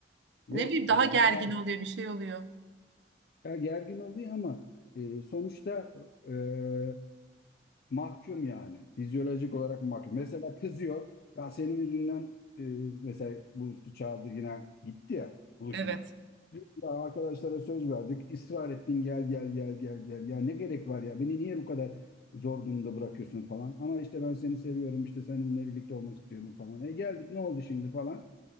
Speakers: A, on the left; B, on the right.
A: Yok
B: Ne bileyim
A: yani.
B: daha gergin
A: Ha,
B: oluyor bir şey oluyor.
A: ya gergin oluyor ama e, sonuçta e, mahkum yani. Fizyolojik olarak mahkum. Mesela kızıyor. Ya senin yüzünden e, mesela Bulut'u çağırdı yine gitti ya buluşmaya.
B: Evet.
A: Diyor ki, Ya arkadaşlara söz verdik. ısrar ettin gel gel gel gel gel. Ya ne gerek var ya? Beni niye bu kadar zor durumda bırakıyorsun falan. Ama işte ben seni seviyorum işte seninle birlikte olmak istiyorum falan. E geldik ne oldu şimdi falan.